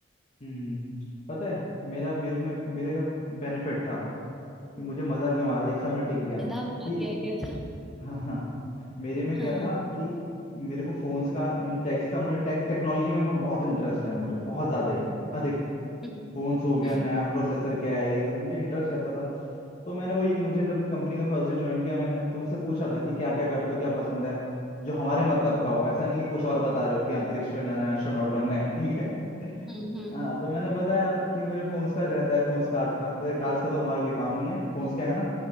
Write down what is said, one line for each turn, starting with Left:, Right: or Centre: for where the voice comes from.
Left: हम्म पता है मेरा मेरे में मेरे का बेनिफिट था कि मुझे मजा क्यों आ रहा था एक साल में टिक गया
Centre: गधा बना
Left: कि
Centre: दिया गया था
Left: हाँ हाँ मेरे में क्या
Centre: हाँ
Left: था कि मेरे को फोन्स का इन टेक्स का मुझे टेक टेक्नोलॉजी में बहुत इंटरेस्ट है मुझे बहुत ज्यादा ही अधिक,
Centre: हम्म
Left: फोन्स हो गया
Centre: हम्म
Left: नया प्रोसेसर क्या है ये सब मुझे इंटरेस्ट रहता था तो मैंने वही मुझे जब कंपनी का फर्स्ट डे ज्वाइन किया मैंने तो मुझसे पूछा था कि क्या क्या करते हो क्या पसंद है जो हमारे मतलब का हो ऐसा नहीं कि कुछ और बता रहे हो कि अंतरिक्ष में जाना है एस्ट्रोनॉट बनना है ठीक है <laughs>
Centre: हम्म हम्म
Left: हाँ
Centre: हम्म
Left: तो मैंने बताया कि मुझे फोन्स का रहता है फोन्स कार्स का तो कार्स का तो हमारा कोई काम नहीं है फोन्स का है ना